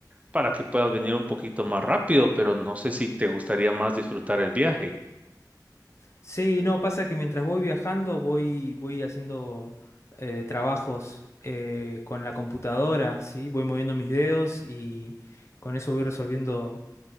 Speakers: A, on the right (about 20°); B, on the left (about 40°).
A: para que puedas venir un poquito más rápido, pero no sé si te gustaría más disfrutar el viaje.
B: Sí, no, pasa que mientras voy viajando voy, voy haciendo eh, trabajos eh, con la computadora, ¿sí? Voy moviendo mis dedos y con eso voy resolviendo